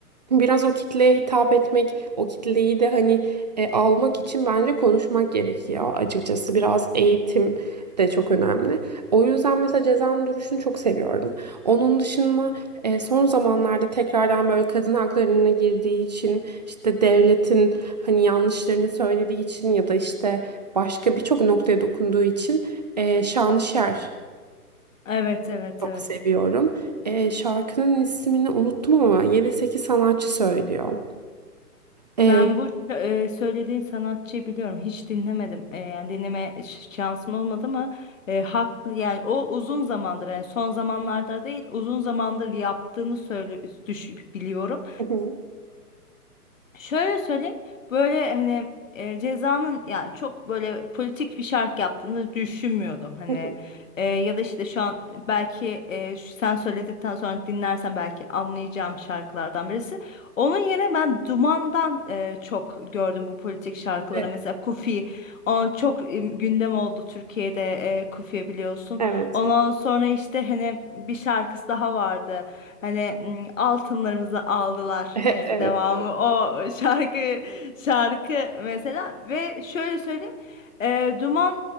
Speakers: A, on the right; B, on the left.
A: Biraz o kitleye hitap etmek, o kitleyi de hani e, almak için bence konuşmak gerekiyor. Açıkçası biraz eğitim de çok önemli. O yüzden mesela Ceza'nın duruşunu çok seviyorum. Onun dışında e, son zamanlarda tekrardan böyle kadın haklarına girdiği için işte devletin hani yanlışlarını söylediği için ya da işte başka birçok noktaya dokunduğu için e, Şanışer
B: Evet, evet,
A: çok
B: evet.
A: seviyorum. E, şarkının ismini unuttum ama 7-8 sanatçı söylüyor. Ee,
B: Ben bu e, söylediğin sanatçıyı biliyorum. Hiç dinlemedim. E, yani dinleme ş- şansım olmadı ama e, haklı yani o uzun zamandır yani son zamanlarda değil uzun zamandır yaptığını söyle düş, biliyorum.
A: Hı hı,
B: Şöyle söyleyeyim böyle hani e, Ceza'nın ya çok böyle politik bir şarkı yaptığını düşünmüyordum hani
A: hı hı.
B: E, ya da işte şu an belki e, şu- sen söyledikten sonra dinlersen belki anlayacağım şarkılardan birisi. Onun yerine ben Duman'dan e, çok gördüm bu politik şarkılara
A: evet.
B: mesela Kufi o çok e, gündem oldu Türkiye'de e, Kufi biliyorsun.
A: Evet.
B: Ondan sonra işte hani bir şarkısı daha vardı. Hani m, altınlarımızı aldılar.
A: <laughs>
B: Neyse
A: Evet.
B: devamı
A: Evet.
B: o şarkı şarkı mesela ve şöyle söyleyeyim. e, Duman